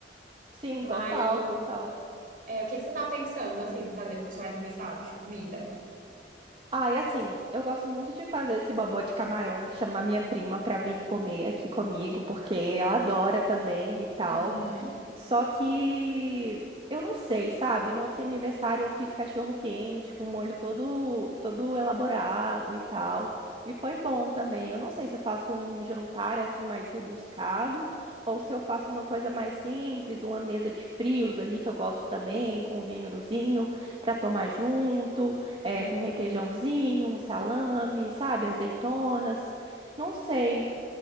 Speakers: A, on the right; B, on the right.
A: Sim,
B: Mas
A: total, total.
B: é, o que que você tá pensando, assim, fazer pro seu aniversário de comida?
A: Ah, e assim, eu gosto muito de fazer esse bobó de camarão e chamar minha prima pra vir comer aqui comigo, porque ela adora também e tal.
B: Uhum.
A: Só que eu não sei, sabe? No outro aniversário eu fiz cachorro quente com molho todo todo elaborado e tal. E foi bom também. Eu não sei se eu faço um jantar assim mais rebuscado ou se eu faço uma coisa mais simples, uma mesa de frios ali que eu gosto também, com vinhozinho para tomar junto,
B: Hum,
A: é, com requeijãozinho, um salame, sabe? Azeitonas. Não sei.